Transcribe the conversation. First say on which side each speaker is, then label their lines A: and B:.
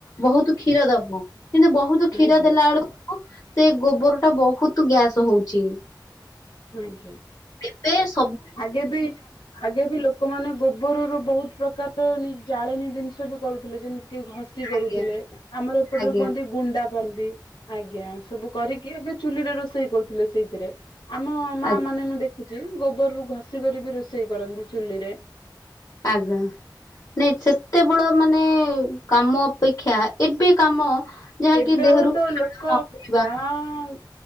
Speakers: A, on the left (about 50°); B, on the left (about 85°).
A: ବହୁତ କ୍ଷୀର ଦବୁ କିନ୍ତୁ ବହୁତ କ୍ଷୀର
B: ଆଜ୍ଞା
A: ଦେଲା ବେଳକୁ ସେ ଗୋବର ତ ବହୁତ ଗ୍ୟାସ ହଉଛି
B: ଆଜ୍ଞା
A: ଏ ବେଶ
B: ଆଗେ ବି ଆଗେ ବି ଲୋକମାନେ ଗୋବରର ବହୁତ ପ୍ରକାର ଜାଳେଣୀ ଜିନିଷ ବି କରୁଥିଲେ ଯେମିତି କେହି ଘ କରୁଥିଲେ
A: ଆଜ୍ଞା
B: ଆମର ଏପଟରେ
A: ଆଜ୍ଞା
B: କୁହନ୍ତି ଗୁଣ୍ଡା ପାଆନ୍ତି ଆଜ୍ଞା ସବୁ କରି କି ଏବେ ଚୁଲି ରେ ରୋଷେଇ କରୁଥିଲେ ସେଇଥିରେ ଆମ ମା
A: ଆଜ୍ଞା
B: ମାନେ ମୁଁ ଦେଖିଚି। ଗୋବରରୁୁ ଘଷିିକରି ବି ରୋଷେଇ କରନ୍ତି ଚୁଲିରେ।
A: ଆଗା। ନାଇଁ ସେତେ ବଳ ମାନେ କାମ ଅପେକ୍ଷା ଏବେ କାମ ଯାହାକି
B: ଏବେ
A: ଦେହରୁ
B: ଆଉ ତ ଲୋକ
A: ନବା
B: ଗାଁ